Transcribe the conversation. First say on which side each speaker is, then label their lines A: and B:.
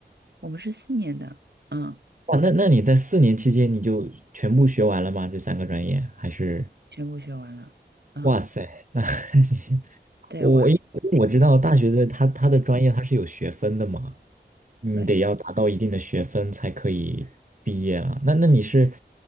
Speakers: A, on the right; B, on the right.
A: 我们是四年的，嗯，
B: 哇，那那你在四年期间你就全部学完了吗？这三个专业还是？
A: 全部学完了。嗯，
B: 哇塞，那 <laughs> 你
A: 对，
B: 我因为我知道大学的它它的专业它是有学分的嘛，
A: 我还
B: 你得要达到一定的学分才可以毕业啊。
A: 对
B: 那那你是